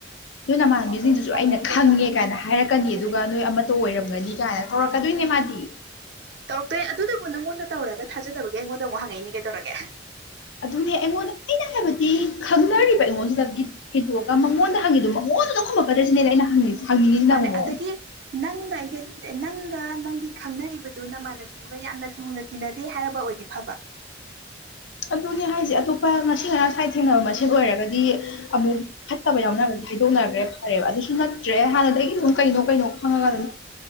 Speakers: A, on the left; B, on the right.
A: ꯅꯣꯏ ꯅꯃꯥꯟꯕꯤꯁꯤꯡꯗꯨꯁꯨ
B: ꯑꯗꯣ ꯑꯩꯈꯣꯏꯅ ꯁꯥꯟꯅꯔꯤꯕ
A: ꯑꯩꯅ ꯈꯪꯉꯦ
B: ꯄꯣꯠꯇꯨꯗꯤ
A: ꯀꯥꯏꯅ
B: ꯃꯥꯅ
A: ꯍꯥꯏꯔꯛꯀꯅꯤ
B: ꯈꯪꯗ꯭ꯔꯦꯕ
A: ꯑꯗꯨꯒ ꯅꯣꯏ ꯑꯃ ꯣ ꯑꯣꯏꯔꯝꯒꯅꯤ ꯀꯥꯏꯅ ꯀꯧꯔꯛꯀꯗꯣꯏꯅꯦ ꯃꯥꯗꯤ
B: ꯇꯧꯔꯛꯇꯣꯏꯦ ꯑꯗꯨꯗꯕꯨ ꯅꯪꯉꯣꯟꯗ ꯇꯧꯔꯒ ꯊꯥꯖꯗꯕꯒꯦ ꯑꯩꯉꯣꯟꯗ ꯑꯃꯨꯛ ꯍꯪꯉꯛꯏꯅꯦ ꯀꯩꯗꯧꯔꯒꯦ
A: ꯑꯗꯨꯅꯦ ꯑꯩꯉꯣꯟꯗ ꯑꯩꯅ ꯍꯥꯏꯕꯗꯤ ꯈꯪꯅꯔꯤꯕ ꯑꯩꯉꯣꯟꯁꯤꯗ ꯍꯦꯟꯇꯣꯛꯑꯒ ꯃꯉꯣꯟꯗ ꯍꯪꯉꯤꯣ ꯃꯉꯣꯟꯗ ꯈꯨꯝꯃꯛꯀꯗꯁꯤ ꯁꯤꯅꯦꯗ ꯑꯩꯅ ꯍꯪꯉꯤꯁꯦ ꯍꯪꯅꯤꯡꯉꯤꯁꯤꯅ
B: ꯃꯥꯂ
A: ꯑꯃꯨꯛ ꯃꯉꯣꯟꯗ
B: ꯑꯗꯒꯤ ꯅꯪꯅ ꯑꯩꯒ ꯅꯪꯒ ꯅꯪꯒꯤ ꯈꯪꯅꯔꯤꯕꯗꯨꯅ ꯃꯥꯜꯂ ꯑꯗꯨꯒ ꯌꯥꯝꯅ ꯂꯨꯅ ꯇꯤꯟꯅꯗꯦ ꯍꯥꯏꯔꯕ ꯑꯣꯏꯗꯤ ꯐꯕ
A: ꯑꯗꯨꯅꯦ ꯍꯥꯏꯁꯦ ꯑꯇꯣꯞꯄ ꯉꯁꯤ ꯉꯔꯥꯡ ꯁ꯭ꯋꯥꯏꯗ ꯊꯦꯡꯅꯕ ꯃꯁꯦ ꯑꯣꯏꯔꯒꯗꯤ ꯑꯃꯨꯛ ꯐꯠꯇꯕ ꯌꯥꯎꯅꯔꯒꯗꯤ ꯍꯥꯏꯗꯣꯛꯅꯈ꯭ꯔꯦ ꯐꯔꯦꯕ ꯑꯗꯨꯁꯨ ꯅ ꯅꯠꯇ꯭ꯔꯦ ꯍꯥꯟꯅꯗꯒꯤ ꯑꯗꯨꯝ ꯀꯩꯅꯣ ꯀꯩꯅꯣ ꯈꯪꯉꯒ ꯑꯗꯨꯝ